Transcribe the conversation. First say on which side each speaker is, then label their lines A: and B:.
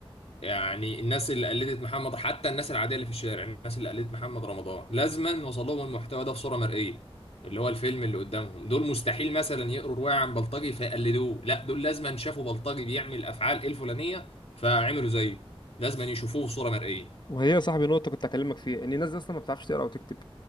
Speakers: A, on the left (about 90°); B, on the left (about 50°).
A: يعني الناس اللي قلدت محمد حتى الناس العاديه اللي في الشارع الناس اللي قلدت محمد رمضان لازما وصل لهم المحتوى ده بصوره مرئيه اللي هو الفيلم اللي قدامهم دول مستحيل مثلا يقروا روايه عن بلطجي فيقلدوه لا دول لازما شافوا بلطجي بيعمل افعال الفلانيه فعملوا زيه لازما يشوفوه بصوره مرئيه
B: ما هي يا صاحبي نقطة كنت أكلمك فيها إن الناس دي أصلا ما بتعرفش تقرأ وتكتب